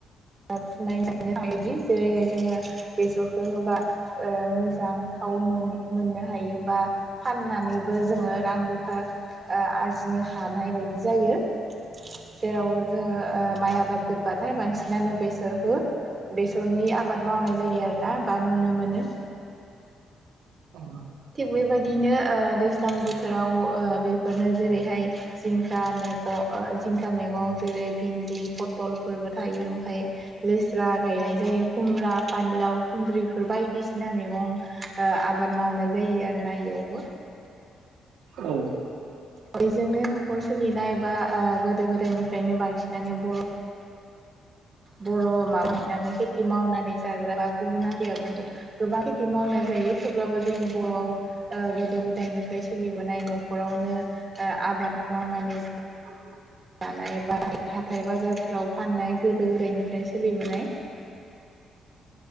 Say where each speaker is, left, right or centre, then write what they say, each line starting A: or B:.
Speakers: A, on the right (about 35°); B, on the right (about 85°).
A: <unintelligible> थाङोदि जेरैहाय जोङो बेसरखौ होबा ओ मोजां थाव मोननो हायोबा फाननानैबो जोङो रां रुफा ओ आरजिनो हानाय बायदि जायो। जेराव जोङो ओ माइ आबाद जोब्बाथाय बांसिन बिनो बेसरखौ बेसरनि आबाद मावनाय जायो आरोना बा नुनो मोनो।
B: औ
A: थिग बेबायदिनो ओ दैज्लां बोथोराव ओ बेफोरनो जेरैहाय जिंखा मैग ओ जिंखा मैगं जेरै भिन्दि फथलफोरबो थायो। <unintelligible> लेस्रा गायनाय जायो खुमब्रा फानलाव खुन्द्रिफोर बायदिसिना मैगं ओ आबाद मावनाय जायो आरो ना बेयावबो।
B: औ
A: बयजोंनो न'खर सोलिनाय बा ओ गोदो गोदायनिफ्रायनो बांसिनानो बर' बर' माबायनानै खेथि मावनानै जाग्रा बा गुबुन हारिया गोबां खेथि मावनाय जायो थेवब्लाबो जोंनि बर' ओ गोदो गोदायनिफ्राय सोलिबोनाय न'खरावनो ओ आबाद मावनानै
B: औ
A: लानाय बा हाथाय बाजारफोराव फाननाय गोदो गोदायनिफ्राय सोलिबोनाय